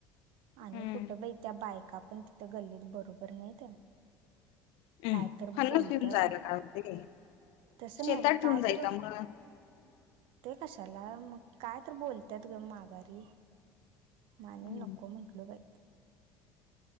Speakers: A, on the right (about 70°); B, on the left (about 70°).
A: आणि
B: हम्म
A: कुठं बाई त्या बायका पण तिथं गल्लीत बरोबर नाहीत,
B: हम्म.
A: काय तर
B: पन्नास
A: बोलत्यात
B: घेऊन जायला काय होते
A: तसं
B: शेतात
A: नव गं काय
B: ठेवून जायचा
A: तर,
B: मग
A: ते कशाला मग काय तर बोलत्यात ग माघारी मग
B: हम्म.
A: आणि नको म्हणलो बाई